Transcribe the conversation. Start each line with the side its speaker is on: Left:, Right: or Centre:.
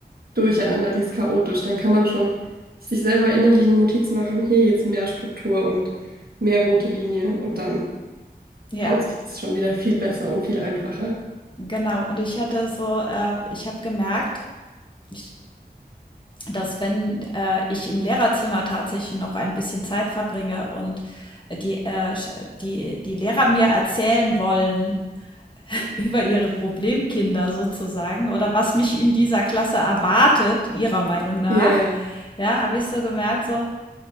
Right: durcheinander, die ist chaotisch, dann kann man schon sich selber innerlich eine Notiz machen, hier jetzt mehr Struktur und mehr rote Linie und dann
Left: ja,
Right: haut sich das schon wieder viel besser und viel einfacher.
Left: genau. Und ich hatte so, äh ich habe gemerkt, ich dass wenn, äh, ich im Lehrerzimmer tatsächlich noch ein bisschen Zeit verbringe und äh, die, äh, sch die die Lehrer mir erzählen wollen <laughs> über ihre Problemkinder sozusagen oder was mich in dieser Klasse erwartet, ihrer Meinung nach,
Right: Ja, ja.
Left: ja, habe ich so gemerkt, so